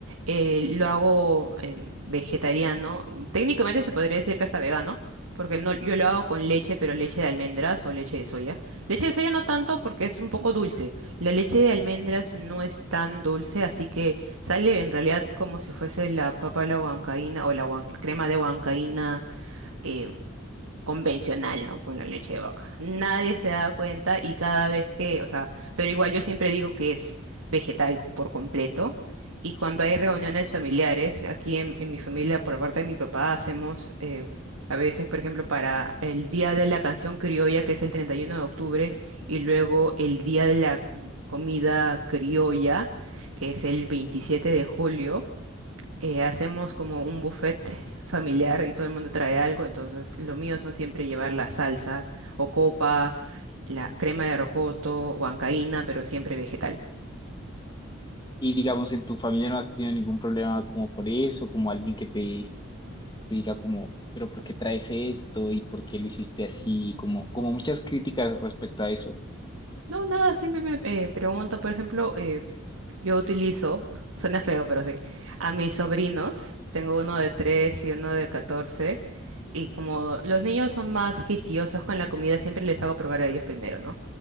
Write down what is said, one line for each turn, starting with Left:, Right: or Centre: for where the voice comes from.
Right: eh, lo hago em, vegetariano. Técnicamente se podría decir que hasta vegano, porque no, yo lo hago con leche, pero leche de almendras o leche de soya. Leche de soya no tanto porque es un poco dulce. La leche de almendras no es tan dulce, así que sale en realidad como si fuese la papa a la huancaína o la huan- crema de huancaína em, convencional, ¿no? Con la leche de vaca. Nadie se da cuenta y cada vez que, o sea, pero igual yo siempre digo que es vegetal por completo. Y cuando hay reuniones familiares, aquí en, en mi familia, por parte de mi papá, hacemos eh, a veces, por ejemplo, para el Día de la Canción Criolla, que es el 31 de octubre, y luego el Día de la mm, Comida Criolla, que es el 27 de julio eh, hacemos como un buffet familiar y todo el mundo trae algo, entonces lo mío son siempre llevar las salsas o copa, la crema de rocoto, huancaína, pero siempre vegetal.
Left: Y digamos, en tu familia no has tenido ningún problema como por eso, como alguien que te, que te diga como, pero ¿por qué traes esto? ¿Y por qué lo hiciste así? Como, como muchas críticas respecto a eso.
Right: No, nada, siempre me eh, preguntan, por ejemplo, Yo utilizo, <laughs> suena feo, pero sí, a mis sobrinos, tengo uno de 3 y uno de catorce y como los niños son más quisquillosos con la comida, siempre les hago probar a ellos primero, ¿no?